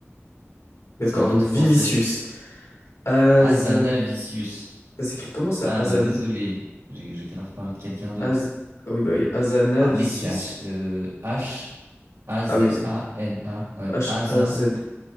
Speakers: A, on the left; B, on the right.
A: D'accord,
B: C'est un
A: donc
B: autre
A: Vinicius.
B: français.
A: Aza...
B: Azanavicius.
A: Ça s'écrit comment ça?
B: Ah
A: Azana.
B: bah désolé, j'ai j'ai grave parlé de quelqu'un d'autre.
A: Az... ah Oui, bah oui, Azana
B: Ah
A: Vicius.
B: mec, c'est H, euh, H A Z
A: Ah oui, c'est
B: A N A, ouais,
A: H-A-Z.
B: Asa